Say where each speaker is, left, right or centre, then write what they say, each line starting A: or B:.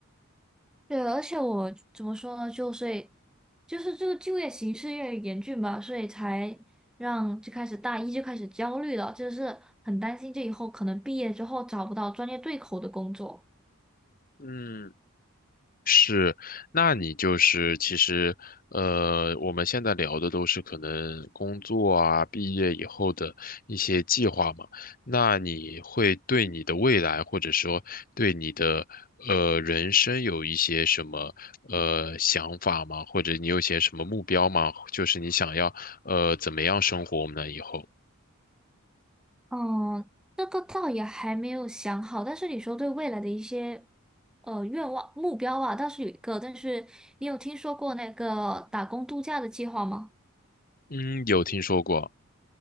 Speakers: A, in the centre; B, on the left.
A: 对，而且我怎么说呢？就所以就是这个就业形势越来越严峻吧，所以才让就开始大一就开始焦虑了，就是很担心这以后可能毕业之后找不到专业对口的工作。
B: 嗯。是，那你就是其实，呃，我们现在聊的都是可能工作啊、毕业以后的一些计划嘛。那你会对你的未来，或者说对你的呃人生有一些什么呃想法吗？或者你有些什么目标吗？就是你想要呃怎么样生活我呢？以后，
A: 嗯，这个倒也还没有想好，但是你说对未来的一些呃愿望目标啊，倒是有一个，但是你有听说过那个打工度假的计划吗？
B: 嗯，有听说过。